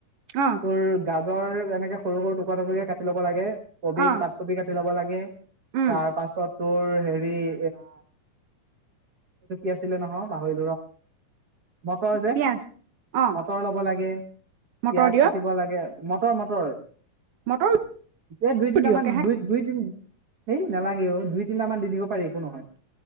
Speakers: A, on the right; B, on the right.
A: অ
B: তোৰ গা গাজৰ এনেকে সৰু সৰুকে টুকুৰা টুকুৰ কাটি ল'ব লাগে কবি
A: অ
B: পাত কবি কাাটি ল'ব লাগে কে ত
A: উম
B: তোৰ হেৰি এয়া এইটো কি আছিলে নহয় পাহৰিলো ৰ মটৰ যে
A: পিয়াজ অ
B: মটৰ ল'ব লাগে
A: মটৰ
B: পিয়াজ
A: দিয়
B: কাটিব লাগে মটৰ মটৰ
A: মটৰ
B: এ দুই তিনা
A: দিয়
B: মান
A: কেহা
B: দুই দুই তিন সেই নালাগে দুই তিনিটা মান দি দিব পাৰি একো নহয়